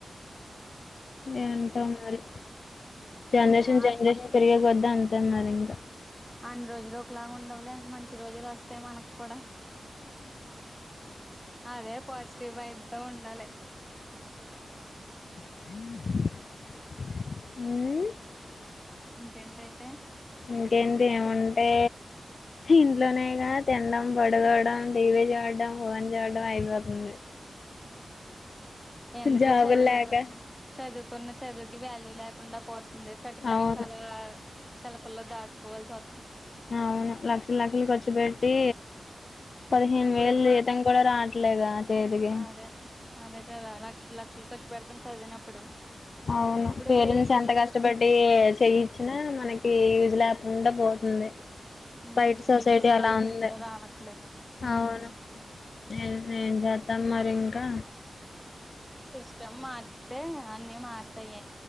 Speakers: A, on the left (about 60°); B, in the centre.
A: ఏంటో మరి జనరేషన్
B: ఆ అన్ని
A: జనరేషన్ పెరిగే కొద్ది అంతే మరి ఇంకా
B: అన్ని రోజులు ఒకలాగా ఉండవులే మంచి రోజులు వస్తాయి మనకు కూడా అదే పోజటీవ్ వైబతో ఉండాలి
A: మ్మ్మ్మ్
B: ఇంకెంతైతే
A: ఇంకేంది ఏమంటే ఇంట్లోనేగా తినడం పడకోవడం టీవి చూడడం పోన్ చూడడం అయిపోతుంది
B: ఎందుకు
A: జాబులు
B: చదువు
A: లేక
B: చదువు కొన్న చదువుకి వాల్యూ లేకుండా పోతుంది సర్టిఫికెట్
A: అవును
B: చాలా సెల్ఫలో దాస్తు కోవల్తు
A: అవును లక్షలు లక్షలు ఖర్చు పెట్టి పదిహేను
B: ఇప్పుడు
A: వేలు ఈతం కూడా రావట్లేగా చేతికి
B: అదే అదే కదా లక్షలు లక్షలు ఖర్చు పెడతాము చదివినప్పుడు
A: అవును
B: ఇప్పుడు
A: పేరెంట్స్
B: వేలుకి
A: ఎంత కష్టపడి చేయిచ్చినా మనకి ఈూజు లేకుండా పోతుంది
B: మ్మ్
A: బయటి
B: ఇప్పుడు
A: సొసైటీ
B: వేలు శాలరీ
A: అలా ఉంది
B: కూడా రావట్లేదు మ్మ్
A: అవును నే ఏం చేస్తాం మరి ఇంకా
B: సిస్టమ్ మార్తే అన్నీ మారతాయ